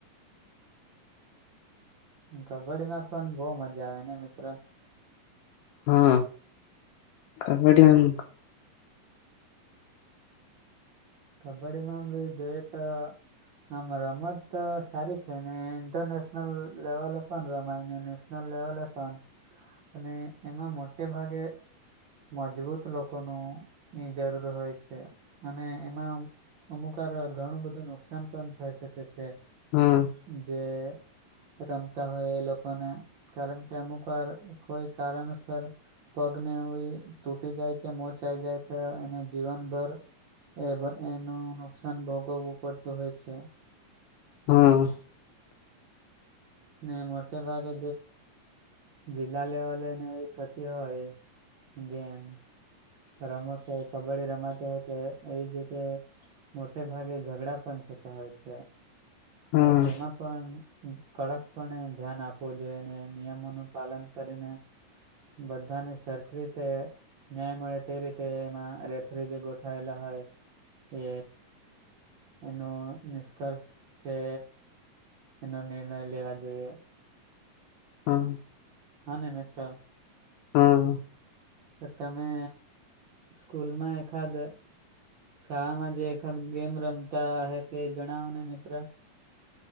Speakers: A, on the right; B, on the left.
A: કબડ્ડી માં પણ બહુ મજા આવે ને મિત્ર
B: હા કબડ્ડી
A: કબડ્ડીમાં બી જોઈએ તો આમ રમત સારી છે ને ઇન્ટરનેશનલ લેવલે પણ રમાયને નેશનલ લેવલે પણ અને એમાં મોટે ભાગે મજબૂત લોકોનું ની જરૂર હોય છે અને એમાં અમુક વાર ઘણું બધું નુકસાન પણ થાય શકે છે
B: હા
A: જે રમતા હોય એ લોકોને કારણ કે અમુક વાર કોઈ કારણસર પગને તૂટી જાય કે મોચ આઇ જાય તો એને જીવનભર એ એનું નુકસાન ભોગવવું પડતું હોય છે
B: હા
A: ને મોટે ભાગે જે જિલ્લા લેવલેને એવી થતી હોય ગેમ રમતો હોય કબડ્ડી રમાતી હોય તો એવી જગ્યાએ મોટે ભાગે ઝઘડા પણ થતા હોય છે
B: હા
A: તો એમાં પણ કડક અને ધ્યાન આપવો જોઈએ એને નિયમોનું પાલન કરીને બધાને સરખી રીતે ન્યાય મળે તે રીતે એમાં રેફરીજી ગોઠેલા હોય એ એનો નિષ્કર્ષ કે એનો નિર્ણય લેવા જોઈએ
B: હા
A: હા ને મિત્ર
B: હા
A: તો તમે સ્કૂલમાં એકાદ શાળામાં જે એકાત ગેમ રમતા હ તે જણાવો ને મિત્ર